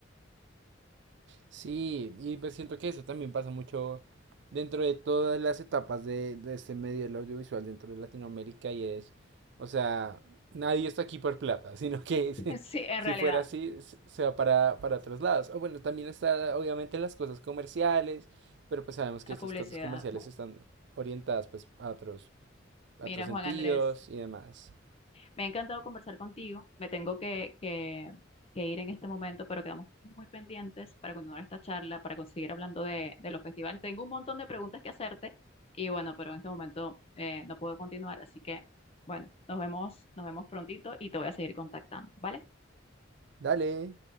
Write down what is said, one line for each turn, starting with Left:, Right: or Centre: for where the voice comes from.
Right: Sí, y pues siento que eso también pasa mucho dentro de todas las etapas de, de este medio del audiovisual dentro de Latinoamérica y es, o sea, nadie está aquí por plata, sino que
Left: <laughs>
Right: <laughs> se-
Left: sí, en
Right: si
Left: realidad,
Right: fuera así, s- se va para, para otros lados. O bueno, también está obviamente las cosas comerciales, pero pues sabemos
Left: la
Right: que estas
Left: publicidad.
Right: cosas comerciales están orientadas pues a otros, a
Left: Mira,
Right: otros sentidos
Left: Juan Andrés,
Right: y demás.
Left: Me ha encantado conversar contigo. Me tengo que, que, que ir en este momento, pero quedamos muy pendientes para continuar esta charla, para seguir hablando de, de los festivales. Tengo un montón de preguntas que hacerte y bueno, pero en este momento eh, no puedo continuar, así que bueno, nos vemos, nos vemos prontito y te voy a seguir contactando, ¿vale?
Right: Dale.